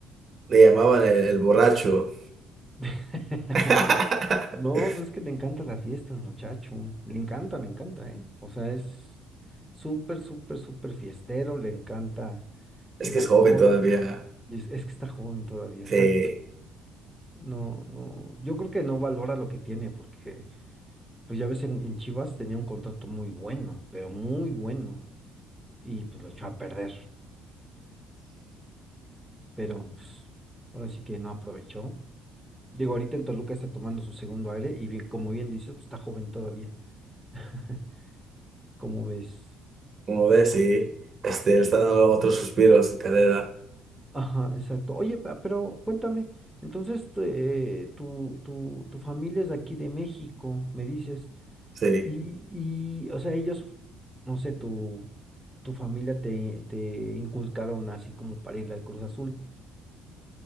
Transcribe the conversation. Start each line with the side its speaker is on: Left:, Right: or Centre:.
Right: le llamaban el, el borracho.
Centre: <laughs>
Right: <laughs>
Centre: No, pues es que le encanta la fiesta al muchacho. Le encanta, le encanta, ¿eh? O sea, es súper, súper, súper fiestero. Le encanta
Right: Es
Centre: el
Right: que
Centre: alcohol.
Right: es joven todavía.
Centre: Y es, es que está joven todavía,
Right: Sí.
Centre: exacto. No, no. Yo creo que no valora lo que tiene, porque, pues ya ves, en, en Chivas tenía un contrato muy bueno, pero muy bueno. Y pues lo echó a perder. Pero, pues, ahora sí que no aprovechó. Digo, ahorita en Toluca está tomando su segundo aire. Y bien, como bien dices, pues está joven todavía. <laughs> como ves?
Right: Como ves, sí, este, le está dando otros suspiros a su carrera,
Centre: Ajá, exacto. Oye, pe- pero cuéntame, entonces tu, eh, tu, tu- tu familia es de aquí de México, me dices,
Right: sí,
Centre: y, y, o sea, ellos, no sé, tu, tu familia te, te inculcaron así como para ir al Cruz Azul.